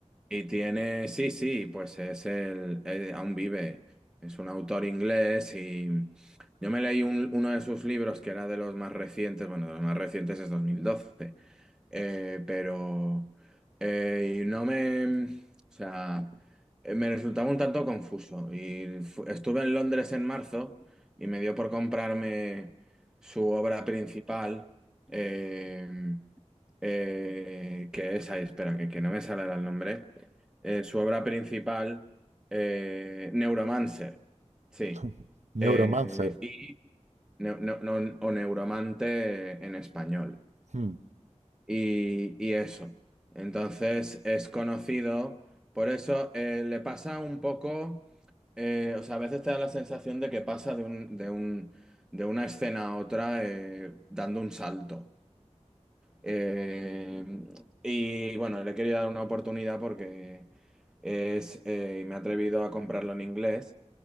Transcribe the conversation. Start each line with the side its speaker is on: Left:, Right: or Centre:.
Centre: Y tiene, sí, sí, pues es el, eh, aún vive, es un autor inglés y yo me leí un- uno de sus libros que era de los más recientes, bueno, de los más recientes es dos mil doce Eh, pero eh, y no me, o sea, eh, me resultaba un tanto confuso. Y fu- estuve en Londres en marzo y me dio por comprarme su obra principal, eh, eh, que es, ahí, espera, que, que no me sale ahora el nombre, Eh, su obra principal, eh, Neuromancer, sí,
Right: <laughs> Neuromancer.
Centre: Eh, y, Neu- Neu- Neu- o Neuromante en español
Right: Hmm,
Centre: y, y eso. Entonces es conocido, por eso eh, le pasa un poco, eh, o sea, a veces te da la sensación de que pasa de un, de un, de una escena a otra eh, dando un salto. Eh, y bueno, le he querido dar una oportunidad porque es, eh, y me he atrevido a comprarlo en inglés.